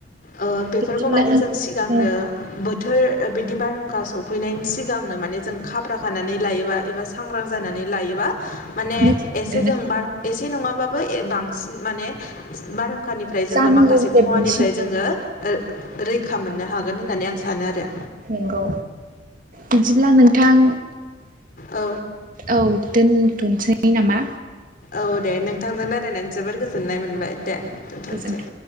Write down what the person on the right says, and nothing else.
बिदिब्ला
औ
मोजां
आरोना
जानांगौनिफ्राय
बांसिन
नोंगौ बिदिब्ला नोंथां
औ। थनसै नामा?
गोजोनथों